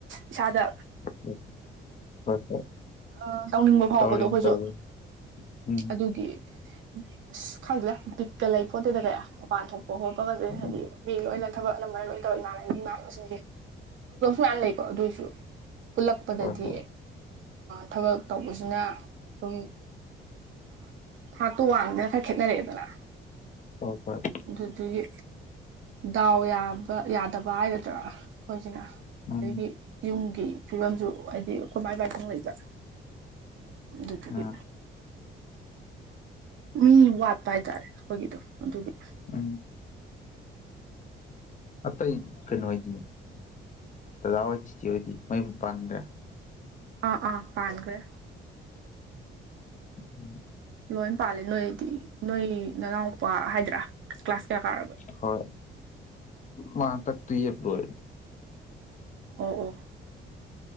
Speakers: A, on the right; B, on the left.
A: ꯏꯁꯥꯗ
B: ꯍꯣꯏ ꯍꯣꯏ
A: <unintelligible> ꯇꯧꯅꯤꯡꯕ ꯐꯥꯎꯕꯗꯣ
B: ꯇꯧꯔꯤꯅꯤ
A: ꯑꯩꯈꯣꯏꯁꯨ
B: ꯇꯧꯔꯤꯅꯤ ꯎꯝ
A: ꯑꯗꯨꯒꯤ ꯑꯁ ꯈꯪꯗꯦꯗꯥ ꯕꯤꯠꯀ ꯂꯩꯄꯣꯠꯇꯦꯗ ꯀꯌꯥ ꯃꯄꯥꯟ ꯊꯣꯛꯄ ꯈꯣꯠꯄꯒꯁꯦ
B: ꯎꯝ
A: ꯍꯥꯏꯗꯤ ꯃꯤ ꯂꯣꯏ <inaudible> ꯇꯧꯗꯕꯁꯨ ꯃꯌꯥꯝꯅ ꯂꯩꯀꯣ ꯑꯗꯨꯑꯣꯏꯁꯨ ꯄꯨꯜꯂꯛꯄꯗꯗꯤ
B: ꯍꯣꯏ ꯍꯣꯏ
A: ꯊꯕꯛ ꯇꯧꯕꯁꯨ ꯁꯤꯅ ꯑꯗꯨꯝ ꯊꯥꯛꯇꯣ ꯋꯥꯟꯗꯅ ꯈꯔ ꯈꯦꯠꯅꯔꯛꯑꯦꯗꯅ
B: ꯍꯣꯏ ꯍꯣꯏ
A: ꯑꯗꯨꯗꯒꯤ ꯗꯥꯎ ꯌꯥꯕ ꯌꯥꯗꯕ ꯍꯥꯏꯒꯗ꯭ꯔꯥ ꯑꯩꯈꯣꯏꯁꯤꯅ ꯑꯗꯒꯤ
B: ꯎꯝ
A: ꯌꯨꯝꯒꯤ ꯐꯤꯕꯝꯁꯨ ꯍꯥꯏꯗꯤ ꯑꯩꯈꯣꯏ ꯃꯥꯏ ꯄꯥꯏꯇꯪ ꯂꯩꯕ ꯑꯗꯨꯇꯒꯤ
B: ꯎꯝ
A: ꯃꯤ ꯋꯥꯠꯄ ꯍꯥꯏꯇꯥꯔꯦ ꯑꯩꯈꯣꯏꯒꯤꯗꯣ ꯑꯗꯨꯒꯤ
B: ꯑ ꯑꯇꯩ ꯀꯩꯅꯣ ꯑꯣꯏꯗꯤ ꯇꯗꯥꯋꯥꯏ ꯆꯤꯆꯦꯍꯣꯏꯗꯤ ꯃꯌꯨꯝ ꯄꯥꯡꯈ꯭ꯔꯦ
A: ꯑꯥ ꯑꯥ ꯄꯥꯡꯒꯦ
B: ꯎꯝ
A: ꯂꯣꯏ ꯄꯥꯜꯂꯤ ꯅꯣꯏꯗꯤ ꯅꯣꯏ ꯅꯅꯥꯎꯎꯨꯄꯥ ꯍꯥꯏꯗ꯭ꯔꯥ ꯀ꯭ꯂꯥꯁ ꯀꯌꯥ ꯀꯥꯔꯕ
B: ꯍꯣꯏ ꯃꯥꯇꯥꯛ ꯇꯨ ꯄ
A: ꯑꯣ ꯑꯣ